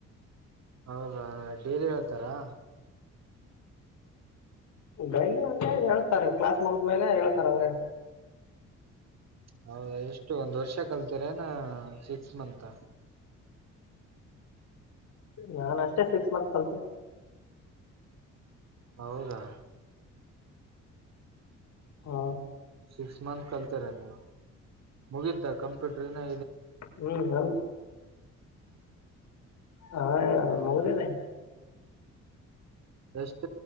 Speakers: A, on the right (about 60°); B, on the left (about 65°).
A: ಹೌದಾ ಡೈಲಿ ಹೇಳ್ತಾರಾ
B: ಡೈಲಿ ಅಂದ್ರೆ ಹೇಳ್ತಾರೆ ಕ್ಲಾಸ್ ಮುಗದ್ಮೇಲೆ ಹೇಳ್ತಾರ ಅವ್ರೇ
A: ಹೌದಾ ಎಷ್ಟು ಒಂದ್ ವರ್ಷ ಕಲ್ತಿರೆನ್ ಸಿಕ್ಸ್ ಮಂತ್
B: ನಾನ್ ಅಷ್ಟೇ ಸಿಕ್ಸ್ ಮಂತ್ ಕಲ್ತೆ
A: ಹೌದಾ
B: ಹಾ
A: ಸಿಕ್ಸ್ ಮಂತ್ ಕಲ್ತರ ನೀವು ಮುಗಿತಾ ಕಂಪ್ಯೂಟರ್ ಇನಾ
B: ಹ್ಮ್ ನನ್ ಹಾ
A: ಹೌದಾ
B: ಮುಗ್ದಿದೆ
A: ಎಷ್ಟ